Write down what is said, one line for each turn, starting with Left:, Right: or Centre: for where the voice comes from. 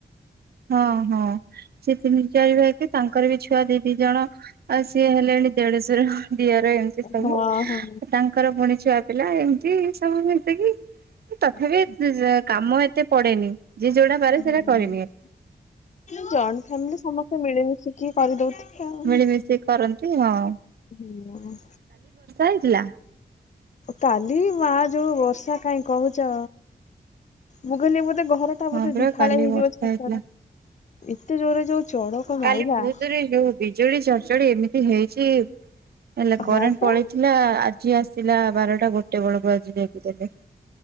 Right: ହଁ ହଁ ସେି ତିନି ଚାରି ଭାଇକ ତାଙ୍କର ବି ଛୁଆ ଦି ଦି ଜଣ ଆଉ ସିଏ ହେଲେ ଦେଢର ଦିଅର ଏମିତି ସବୁ
Left: ହଁ ହଁ।
Right: ତାଙ୍କର ପୁଣି ଛୁଆ ପିଲା ଏମିତି ସବୁ ମିତିକି ତଥାପି କାମ ଏତେ ପଡେନି ଯେି ଯୋଉଡା ବାରେ
Left: ହୁଁ
Right: ସେଟା କରେନିଏ
Left: ଜଏଣ୍ଟ ଫାମିଲି ସମସ୍ତେ ମିଳିମିଶିକି କରିଦଉଥିଲେ ଆଉ।
Right: ମିଳିମିଶି କରନ୍ତି ହଁ
Left: ହୁଁ
Right: ଥିଲା
Left: କାଲି ମା ଯୋଉ ବର୍ଷା କାହିଁ କହୁଛ, ମୁଁ କହିଲି ମୋତେ ୋେ ଘର ଟା
Right: ହଁ
Left: ବୋଧେ
Right: ପରା
Left: ଦିଫାଳେ
Right: କାଲି
Left: ହେଇଯିବ
Right: ବର୍ଷା
Left: ଛାତ
Right: ହେଇଥିଲା
Left: ଟା ଏତେ ଜୋରରେ ଯୋଉ ଚଢକ
Right: କାଲି
Left: ମାଇଲା
Right: ବହୁତ ଜୋରେ ଯୋଉ ବିଜୁଳି ଚଡଚଡି ଏମିତି ହେଇଛି ହେଲେ କରେଣ୍ଟ
Left: ହଁ ପା
Right: ପଳେଇଥିଲା ଆଜି ଆସିଲା ବାରଟା ଗୋଟେ ବେଳକୁ ଆଜି ଯାଇକି ଦେଲେ।